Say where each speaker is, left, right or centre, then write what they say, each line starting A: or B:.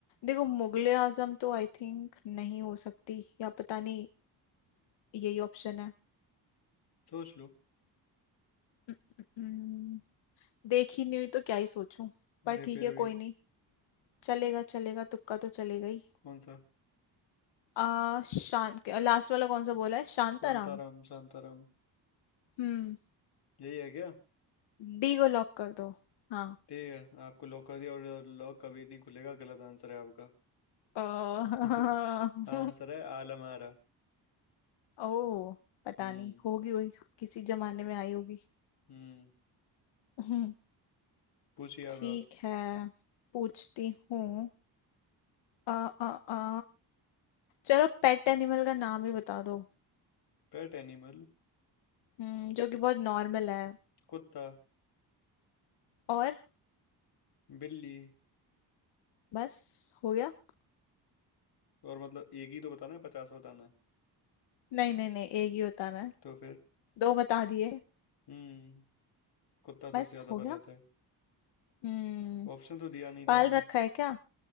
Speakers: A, on the left (about 85°); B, on the left (about 65°).
A: देखो मुगले आजम तो आई थिंक नहीं हो सकती या पता नहीं यही ऑप्शन है
B: सोच लो
A: हम्म, देखी नहीं हुई तो क्या ही सोचूं पर
B: अरे
A: ठीक
B: फिर
A: है
B: भी
A: कोई नहीं चलेगा चलेगा तुक्का तो चलेगा ही
B: कौन सा
A: आ शांत लास्ट वाला कौन सा बोला है शांताराम
B: शांताराम शांताराम
A: हम्म
B: यही है क्या
A: डी को लॉक कर दो हाँ
B: ठीक है आपको लॉक कर दिया और और लॉक कभी नहीं खुलेगा गलत आंसर है आपका
A: अ-
B: <laughs>
A: <laughs>
B: आंसर है आलम आरा
A: ओ पता
B: हम्म
A: नहीं होगी वही किसी जमाने में आई होगी
B: हम्म
A: <laughs>
B: पूछिए
A: ठीक
B: अब आप
A: है पूछती हूँ अ अ अ चलो पेट एनिमल का नाम ही बता दो
B: Pet animal
A: हम्म जो कि बहुत नॉर्मल है
B: कुत्ता
A: और
B: बिल्ली
A: बस हो गया
B: और मतलब एक ही तो बताना है पचास बताना है
A: नहीं नहीं नहीं एक ही बताना है
B: तो फिर
A: दो बता दिए
B: हम्म कुत्ता
A: बस
B: सबसे ज्यादा
A: हो
B: पहले
A: गया
B: आता है
A: हम्म
B: ऑप्शन तो दिया नहीं
A: पाल
B: था आपने
A: रखा है क्या